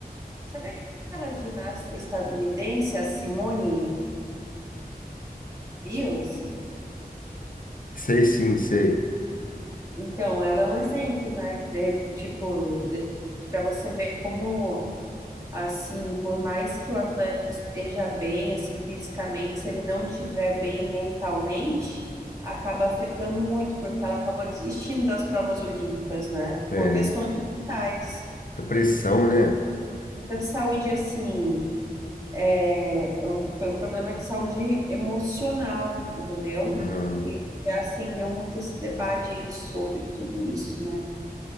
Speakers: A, on the right; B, on the left.
A: Sabe aquela ginasta estadunidense, a Simone Biles?
B: sei sim, sei.
A: Então, ela é um exemplo, né? Que de- tipo, para você ver como. Assim, por mais que o atleta esteja bem, assim, fisicamente, se ele não estiver bem mentalmente, acaba afetando muito, porque ela acabou desistindo das provas olímpicas, né?
B: É,
A: Por questões mentais.
B: Muita pressão, né?
A: Muita saúde, assim, é é um- foi um problema de saúde emocional, entendeu?
B: Uhum.
A: E isso que acendeu muito esse debate aí sobre tudo isso, né?